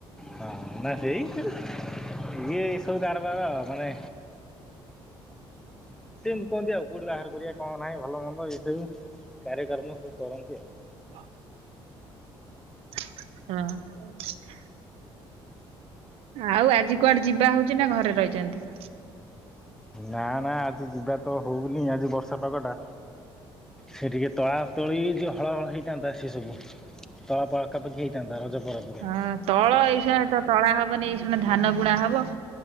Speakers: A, in the centre; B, on the right.
A: ହଁ ନା ସେଇ ଇଏ ଏ ସବୁ କାରବାର ମାନେ ସେମିତି କୁହନ୍ତି ଆଉ କୋଉଠି ବାହାଗରର କରିବା କଣ ନାହିଁ ଭଲ ମନ୍ଦ ଏ ସବୁ କାର୍ୟକମ୍ ସବୁ କରନ୍ତି ଆଉ
B: ହ ହୁଁ ଆଉ ଆଜି କୁଆଡେ ଯିବା ହଉଛି ନା ଘରେ ରହି ଜନ୍ତି
A: ନା ନା ଆଜି ଯିବା ତ ହଉନି ଆଜି ବର୍ଷ ସେପଟକା ସେ ଟିକେ ତଳା ତୋଳି ଯିଏ ହଳ ହଳ ହେଇଥାନ୍ତା ସିଏ ସବୁ ତଳା ପକାପାଖି ହେଇଥାନ୍ତା ରଜ ପରେ ପରେ
B: ହଁ ତଳ ଏଇସା ତ ତଳା ହବନି ଏ ଶୁନା ଧାନ ବୁଣା ହବ